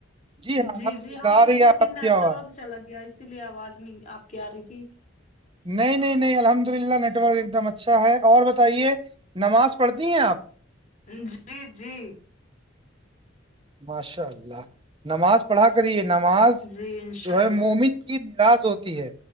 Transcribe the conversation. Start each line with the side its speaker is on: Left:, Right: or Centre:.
Right: ہاں الحمد
Left: جی جی
Right: للہ
Left: ہمیں
Right: آ رہی
Left: لگا
Right: ہے
Left: کہ
Right: آپ کی
Left: نیٹ
Right: آواز
Left: ورک چلا گیا اسی لیے آواز نہیں آپ کے آ رہی تھی
Right: نہیں نہیں نہیں الحمد للہ نیٹورک ایک دم اچھا ہے اور بتائیے نماز پڑھتی ہیں آپ
Left: جی جی جی
Right: ماشاء اللہ نماز پڑھا کریے نماز
Left: جی انشاء
Right: جو
Left: اللہ
Right: ہے مومن کی میراث ہوتی ہے